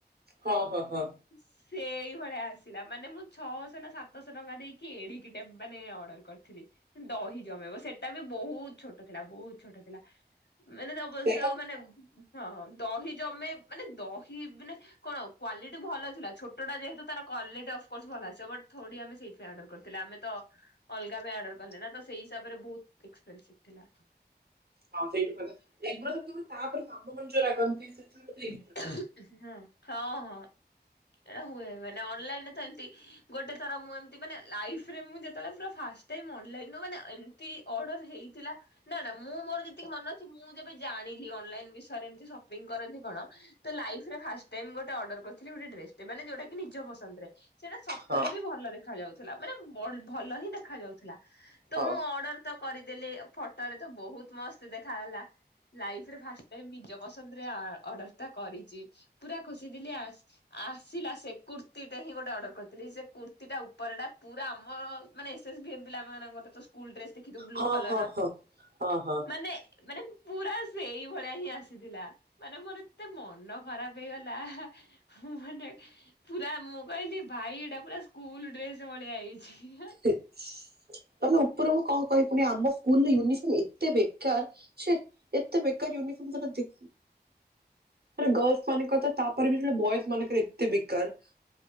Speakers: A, on the right; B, on the left.
A: ହଁ ହଁ ହଁ।
B: ସେଇଭଳିଆ ଆସିଲା, ମାନେ ମୁଁ ଛଅଶହ ନା ସାତଶହ ଟଙ୍କା ଦେଇକି ଏଡିକିଟେ ମାନେ ଅର୍ଡର୍। କରିଥିଲି ଦହି ଜମେଇବ। ସେଟା ବି ବହୁତ ଛୋଟ ଥିଲା ବହୁତ ଛୋଟ ଥିଲା। ମାନେ ଅବଶ୍ୟ
A: ସେଇଟା ହୁଁ
B: ମାନେ। ହଁ ହଁ ଦହି ଜମେଇ। ମାନେ ଦହି, ମାନେ। କଣ କ୍ୱାଲିଟି ଭଲ ଥିଲା ଛୋଟଟା ଯେହେତୁ ତାର କୁଆଲିଟି ଅଫଗୋସ ଭଲ ଆସିବ ବଟ୍ ଥୋଡି ଆମେ ସେଇଠୁ। ଅଡର କରିଥିଲେ ଆମେ ତ ଅଲଗା ପାଇଁ ଅଡର୍ କଲେନା ତ ସେଇ ହିସାବରେ ଏକ୍ସପେନସସିଭି ଥିଲା।
A: ହଁ ସେଇଠୁ ତା ଉପରେ କାମ ମଞ୍ଜରେ ରାଗନ୍ତି, ସେଥିପାଇଁ।
B: ହଁ ହଁ ଏଇଟା ହୁଏ, ମାନେ ଅନ୍ଲାଇନରେ ତ ଏତିକି। ଗୋଟେ ଥର ମୁଁ ଏମତି ମାନେ ଲାଇଫିରେ ମୁଁ ଯେତେବେଳେ ଫାଷ୍ଟ୍ ଟାଇମ୍ ଅନ୍ଲାଇନରୁ ମାନେ। କେମିତି ଅର୍ଡର ହେଇଥିଲା। ନା ନା ମୁଁ ମୋର ଯେତିକି ମନେ ଅଛି ମୁଁ ଯେବେ ଜାଣିଲି ଅନ୍ଲାଇନ୍ ବିଷୟରେ ଏମିତି ସପିଙ୍ଗ୍ କରନ୍ତି କଣ। ତ ଲାଇଫିରେ ଫାଷ୍ଟ୍ ଟାଇମ୍ ଗୋଟେ ଅର୍ଡର କରିଥିଲି ଗୋଟେ ଡ୍ରେସଟେ ମାନେ ଯୋଉଟା କି ନିଜ ପସନ୍ଦରେ। ସେଇଟା ସତରେ
A: ହଁ
B: ବି ଭଲ ଦେଖା ଯାଉଥିଲା, ମାନେ ଭଲ ହିଁ ଦେଖା ଯାଉଥିଲା। ତ
A: ହଁ
B: ମୁଁ ଅର୍ଡର। ତ କରିଦେଲି ଫଟରେ ତ ବହୁତ ମସ୍ତ ଦେଖାଗଲା ଲାଇଫିରେ ଫାଷ୍ଟ ଟାଇମ୍ ନିଜ ପସ୍। ଆନନ୍ଦରେ ଆ ଅର୍ଡର ଟା କରିଚି ପୁରା ଖୁସି ଥିଲି ଆଉ। ଆସିଲା ସେ କୁର୍ତିୀଟା ହିଁ ଗୋଟେ ଅର୍ଡର କରିଥିଲି ସେ କୁର୍ତ୍ତିୀ ଟା ଉପରଟା ପୁରା ଆମ। ମାନେ ଏସସଵି ପିଲାଙ୍କର ସ୍କୁଲ ଡ୍ରେସ ଦେଖିଥିବୁ ବ୍ଲୁ
A: ହଁ
B: କଲର
A: ହଁ ହଁ ହଁ ହଁ
B: ମାନେ। ମାନେ ପୁରା ସେଇ ଭଳିଆ ହିଁ ଆସିଥିଲା ମାନେ ମୋର। ଏତେ ମନ ଖରାପ ହେଇଗଲା ମୁଁ ମାନେ। ପୁରା ମୁଁ କହିଲି ଭାଇ ଏଟା ପୁରା ସ୍କୁଲ ଡ୍ରେସ ଭଳିଆ ହେଇଛି।
A: ମାନେ ଉପରକୁ ମୁଁ କଣ କହିବିି। ପୁଣି ଆମ ସ୍କୁଲ ୟୁନିଫର୍ମ ଏତେ ବେକାର ସେ। ଏତେ ବେକାର ୟୁନିଫର୍ମ କରନ୍ତି। ମାନ ଗର୍ଲସ ମାନଙ୍କର ତ ତାପରେ ବି ସେ ବଏଜ ମାନଙ୍କର ଏତେ ବେକାର।